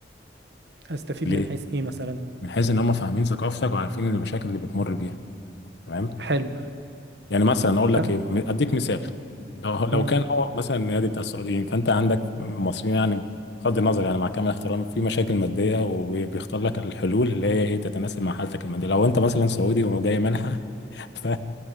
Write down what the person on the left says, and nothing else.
ليه؟
من حيث ان هم فاهمين ثقافتك وعارفين المشاكل اللي بتمر بيها تمام
يعني مثلا اقول لك
ايه اديك مثال لو لو
كان هو مثلا النادي بتاع السعوديين فانت عندك المصريين يعني بغض النظر يعني مع كامل احترامي في مشاكل ماديه وبيختار لك الحلول اللي هي ايه تتناسب مع حالتك الماديه لو انت مثلا سعودي وجاي منحه <laughs> ف-